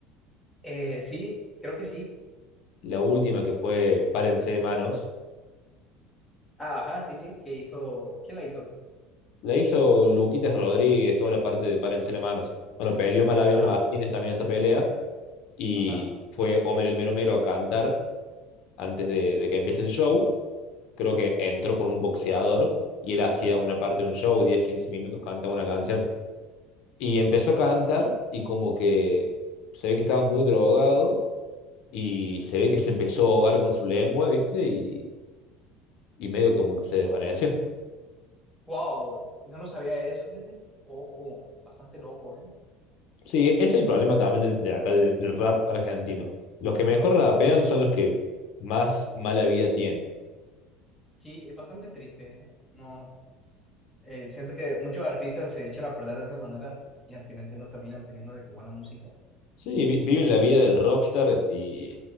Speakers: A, in the centre; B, on the left.
A: Eh, sí, creo que sí.
B: La última que fue Párense de manos,
A: Ah, ajá, sí, sí, que hizo, ¿quién la hizo?
B: la hizo Luquitas Rodríguez, toda la parte de Párense de manos. Bueno, peleó Maravilla
A: Ajá,
B: Martínez también esa pelea. y
A: ajá.
B: fue Homer el Mero Mero a cantar antes de, de que empiece el show. Creo que entró con un boxeador y él hacía una parte de un show, 10, 15 minutos, cantaba una canción. Y empezó a cantar y como que se ve que estaba muy drogado y se ve que se empezó a ahogar con su lengua, ¿viste? Y, y medio como que se desvaneció.
A: Wow, no lo sabía eso, fíjate. Ojo, bastante loco, ¿eh?
B: Sí, e-, es el problema también del- de, acá del, del rap argentino. Los que mejor rapean son los que más mala vida tienen.
A: Sí, es bastante triste, ¿eh? No. Eh, siento que muchos artistas se echan a perder de esa manera y al final ya no terminan teniendo de qué buena música
B: Sí, vi- viven la vida del rockstar y